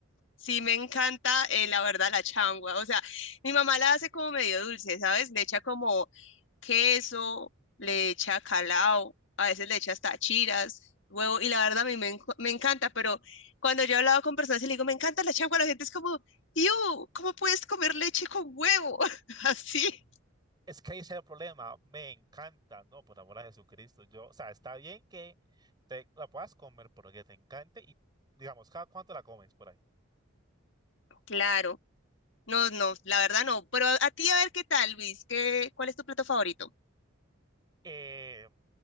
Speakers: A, on the left; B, on the right.
A: Sí, me encanta, eh, la verdad, la changua. O sea, mi mamá la hace como medio dulce, ¿sabes? Le echa como queso, le echa calao, a veces le echa hasta chiras, huevo, y la verdad a mí me, enco- me encanta, pero cuando yo he hablado con personas y le digo, me encanta la changua, la gente es como, ¡Iu! ¿Cómo puedes comer leche con huevo? <laughs> Así.
B: Es que ese es el problema, me encanta, no, por amor a Jesucristo. Yo, o sea, está bien que te la puedas comer porque te encante y, digamos, cada cuánto la comes por ahí.
A: Claro. No, no, la verdad no. Pero a, a ti a ver qué tal, Luis, ¿qué, cuál es tu plato favorito?
B: Eh,